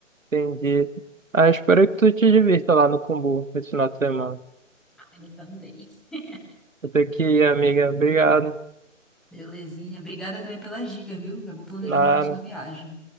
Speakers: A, on the right (about 75°); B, in the centre.
A: entendi. Ah, espero que tu te divirta lá no Cumbu esse final de semana.
B: Ah, eu também. <laughs>
A: Até aqui, amiga. Obrigado.
B: Belezinha. Obrigada também pelas dicas, viu? Já vou planejar
A: Nada.
B: minha próxima viagem.